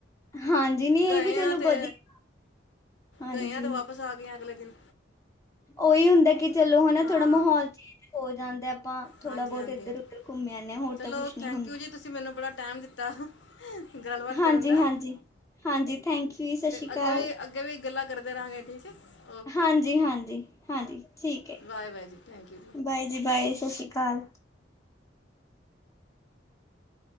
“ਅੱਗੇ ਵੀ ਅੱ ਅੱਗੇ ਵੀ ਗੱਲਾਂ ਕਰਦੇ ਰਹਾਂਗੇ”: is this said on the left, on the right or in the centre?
Left